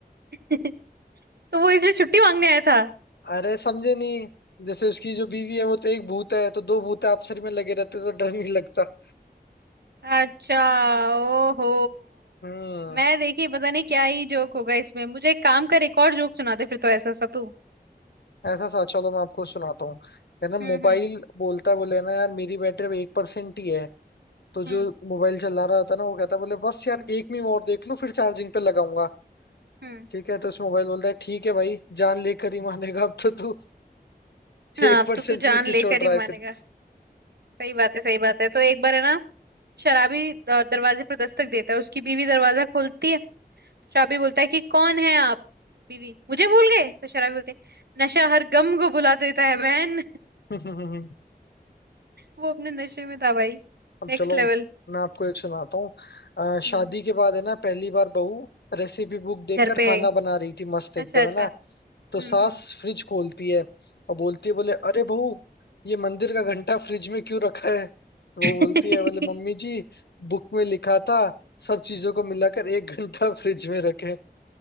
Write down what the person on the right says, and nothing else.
<laughs> तो वो इसलिए छुट्टी मांगने आया था
अच्छा ओहो
मैं देखी पता नहीं क्या ही जोक होगा इसमें मुझे एक काम कर एक और जोक सुना दे फिर तो ऐसा सा तू
हम्म
हम्म
हम्म
हम्म
हम्म
हाँ
अब
तो तू जान
लेकर
ही मानेगा
सही बात है सही बात है तो एक बार है ना शराबी अ, दरवाजे पर दस्तक देता है उसकी बीवी दरवाजा खोलती है शराबी बोलता है कि कौन है आप बीवी मुझे भूल गए तो शराबी बोलते हैं, नशा हर गम को भुला देता है बहन
वो अपने नशे में था भाई
Next
level
हम्म
घर पे
है
अच्छा
अच्छा
हम्म
हम्म